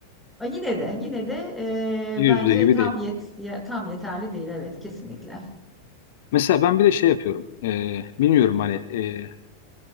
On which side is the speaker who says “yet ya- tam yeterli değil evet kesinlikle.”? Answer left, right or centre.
Centre